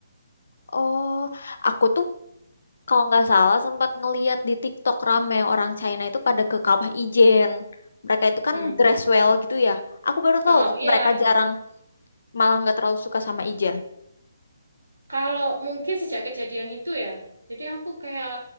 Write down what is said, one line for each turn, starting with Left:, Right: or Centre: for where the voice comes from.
Left: Oh, aku tuh Kalau nggak salah sempat ngeliat di TikTok rame orang China itu pada ke Kawah Ijen. Mereka itu kan
Right: Hmm.
Left: dress well gitu ya. Aku baru
Right: Oh
Left: tahu tapi
Right: iya,
Left: mereka jarang malah nggak terlalu suka sama Ijen.
Right: Kalau mungkin sejak kejadian itu ya, jadi aku kayak